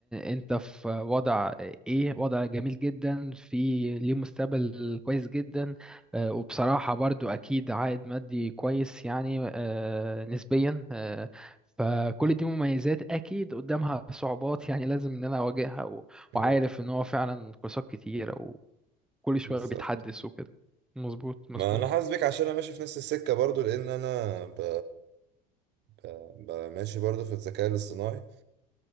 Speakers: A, in the centre; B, on the right.
A: انت في وضع ايه وضع جميل جدا في ليه مستقبل كويس جدا آه، وبصراحه برضو اكيد عائد مادي كويس يعني آه، نسبيا آه، فكل دي مميزات اكيد قدامها صعوبات يعني لازم ان انا اواجهها و-
B: ب-
A: وعارف ان هو فعلا كورسات كتيره وكل شويه
B: بالظبط
A: بيتحدث وكده مظبوط مظبوط
B: ما انا حاسس بيك عشان انا ماشي في نفس السكه برضو لان انا ب... ب... ب... ماشي برضو في الذكاء الاصطناعي